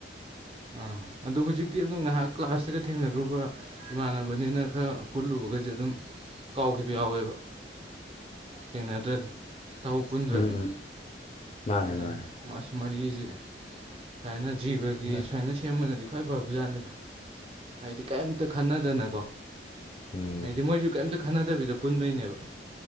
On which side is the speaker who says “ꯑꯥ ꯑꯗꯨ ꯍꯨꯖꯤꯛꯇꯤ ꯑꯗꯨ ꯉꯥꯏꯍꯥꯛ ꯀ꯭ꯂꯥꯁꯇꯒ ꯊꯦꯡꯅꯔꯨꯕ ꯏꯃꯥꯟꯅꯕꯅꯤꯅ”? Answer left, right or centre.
Right